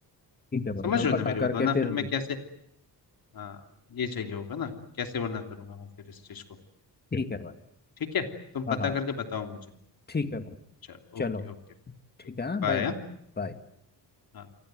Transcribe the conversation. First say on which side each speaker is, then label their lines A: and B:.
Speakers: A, on the left; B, on the left.
A: ठीक है भाई
B: समझ
A: मैं
B: रहे हो
A: पता
B: ना मेरी बात
A: करके
B: वरना
A: फिर
B: फिर मैं कैसे हाँ ये चाहिए होगा ना कैसे वरना करूंगा मैं फिर इस चीज को
A: ठीक है भाई
B: ठीक है तुम
A: हाँ
B: पता
A: हाँ
B: करके बताओ मुझे
A: ठीक है भाई
B: चलो
A: चलो
B: ओके ओके ठीक
A: ठीक है हाँ
B: बाय
A: भाई बाय
B: हाँ